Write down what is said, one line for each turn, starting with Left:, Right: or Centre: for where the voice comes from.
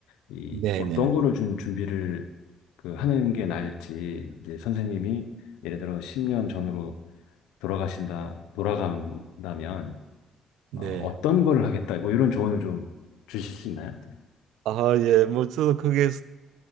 Left: 이
Right: 네,
Left: 어떤
Right: 네,
Left: 거를 좀 준비를 그 하는 게 나을지 이제 선생님이 예를 들어 10년 전으로 돌아가신다 돌아간다면
Right: 네.
Left: 어, 어떤 거를 하겠다, 뭐 이런 조언을 좀 주실 수 있나요?
Right: 아, 예, 뭐 저도 크게